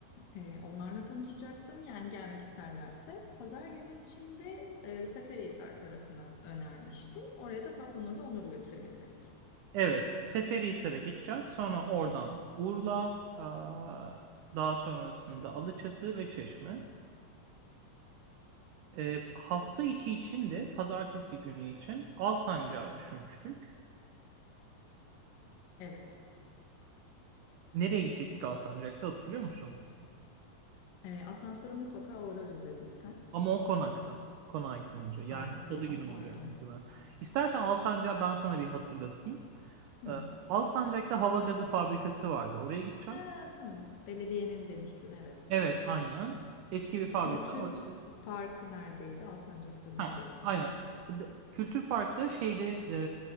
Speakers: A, on the left; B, on the right.
A: Ee, onlarla tanışacaktım. Yani gelmek isterlerse. Pazar günü içinde e, Seferihisar tarafını önermiştin. Oraya da Fatma Nur'la Onur'u götürelim dedik.
B: Evet, Seferihisar'a gideceğiz. Sonra oradan Urla, aa, daha sonrasında Alaçatı ve Çeşme. Ee, hafta içi için de pazartesi günü için Alsancak'ı düşünmüştük.
A: Evet.
B: Nereye gidecektik Alsancak'ta hatırlıyor musun?
A: Ee, asansöre mutlaka uğrarız dedim sen.
B: Ama o konakta. Konağa gidince. Yani
A: Aa,
B: salı
A: o zaman
B: günü
A: pardon.
B: olacak muhtemelen. İstersen Alsancak'ı ben sana bir hatırlatayım.
A: Hı.
B: Ee, Alsancak'ta hava gazı fabrikası vardı. Oraya gideceğiz.
A: Ha, tamam. Belediyenin demiştin evet.
B: Evet, aynen. Eski bir fabrika.
A: Kültür
B: Orası
A: Parkı neredeydi? Alsancak'ta mıydı?
B: Ha, aynen. De- Kültür Park'ta şeyde e,